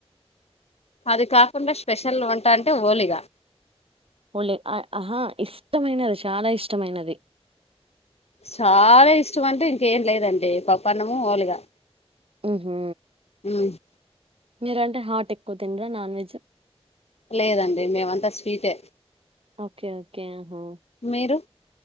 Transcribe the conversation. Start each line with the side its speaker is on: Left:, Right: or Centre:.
Left: అది కాకుండా స్పెషల్ వంట అంటే ఓలిగా
Right: ఒళే అ ఆహా ఇష్టమైనది షాలా ఇష్టమైనది
Left: చాలా ఇష్టం అంటే ఇంకేం లేదండి పప్పన్నము ఓలిగా
Right: ఉహు
Left: ఉమ్
Right: మీరు అంటే హాట్ ఎక్కువ తిండ్రా నాన్ వెజ్
Left: లేదండి మేమ అంతా స్వీటే
Right: ఓకే ఓకే యహో
Left: మీరు